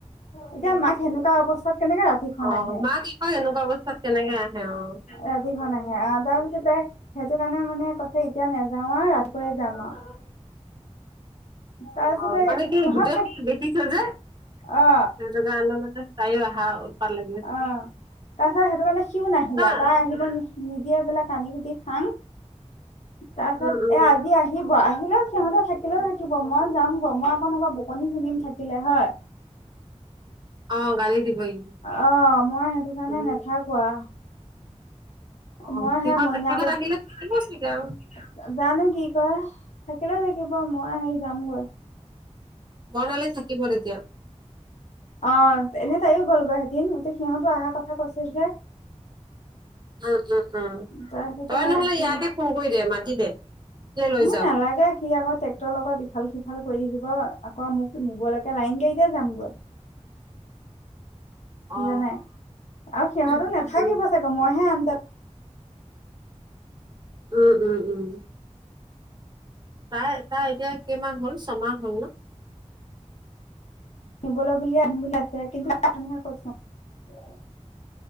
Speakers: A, on the left; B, on the right.
A: এতিয়া মাক সেনেকুৱা অৱস্থাত কেনেকে ৰাতিখন
B: অ
A: আহে
B: মাক আকৌ এনেকুৱা অৱস্থাত কেনেকে আহে অ
A: ৰাতিখন আহে। তাৰ পিছত তাই সেইটো কাৰণে মানে কৈছে এতিয়া নাযাও আৰু ৰাতিপুৱাই যাম আৰু, তাৰপিছতে
B: অ মানে কি
A: সিহঁত
B: গোটেই
A: থাক
B: <unintelligible> দেখিছে যে।
A: অ
B: <unintelligible> তাই অহা উপাৰ লাগে আছে।
A: অ সেইটো কাৰানে সিও নাহিলা
B: নহয়
A: তাই আহিব নিদিয়া বোলে কানি কুটি খাং তাৰ পিছত
B: উম উম
A: এ আজি আহিব আহিলেও সিহতে থাকিলেও থাকিব মই যাম। মই হব বুকনি সুনিম থাকিলে হয়।
B: অ গালি দিব ই
A: অ মই সেইটো কাৰণে
B: উম
A: নাথাক কোৱা
B: অ
A: মই
B: সিহঁত
A: সেয়া মৰিগাঁৱতে
B: সিহঁত আহিলে থাকিব চাগে আৰু
A: জানো কি কৰে থাকিলে থাকিব মই আহি যামগৈ।
B: বনালে থাকিব এতিয়া
A: অ এনে তাইও গ'লগৈ সেদিন এতিয়া সিহঁতো অহাৰ কথা কৈছে যে
B: উম উম উম
A: তাৰপিছতে
B: তই নহলে
A: সি
B: ইয়াকে ফোন কৰি দে মাতি দে সিয়ে লৈ
A: এ
B: যাওক
A: নালাগে সি আকৌ ট্ৰেক্টৰৰ লগত ইফাল সিফাল কৰি থাকিব আকৌ মোক নিব লাগে। এয়া লাইন কেইটা যাম গৈ
B: অ
A: বুজানাই আৰু সিহঁতো
B: উম
A: নাথাকিব চাগে মইহে আন।
B: উম উম উম তাই তাৰ এতিয়া কেইমাহ হল ছমাহ হ'ল ন
A: নিবলৈ বুলিয় আহিম বুলি ভাইছে কিন্তু তহে কৈচোন। <unintelligible>